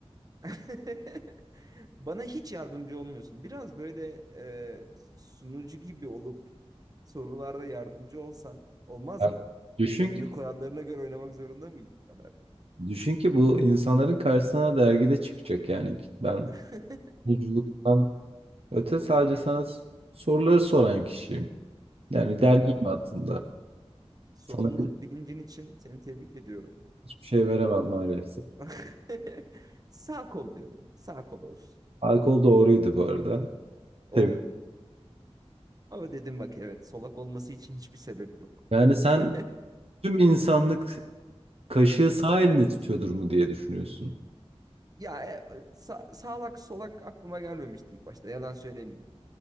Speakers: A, on the right; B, on the right.
A: <laughs> Bana hiç yardımcı olmuyorsun. Biraz böyle e, sunucu gibi olup sorularda yardımcı olsan olmaz
B: Yani
A: mı?
B: düşün
A: Oyunu kurallarına göre oynamak zorunda mıyız bu kadar?
B: Düşün ki bu insanların karşısına dergide çıkacak yani. Ben
A: <laughs>
B: buculuktan öte sadece sana s- soruları soran kişiyim. Yani
A: Evet.
B: dergim aslında.
A: Sorumluluk
B: Sana
A: bilincin için seni tebrik ediyorum.
B: hiçbir şey veremem maalesef.
A: <laughs> Sağ kol diyorum. Sağ kol olsun.
B: Alkol doğruydu bu arada. Tabii.
A: Oh. Ama dedim bak evet solak olması için hiçbir sebep yok.
B: Yani sen
A: <laughs>
B: tüm insanlık kaşığı sağ elinde tutuyordur mu diye düşünüyorsun.
A: Ya e, sa- sağlak solak aklıma gelmemişti ilk başta yalan söylemeyeyim.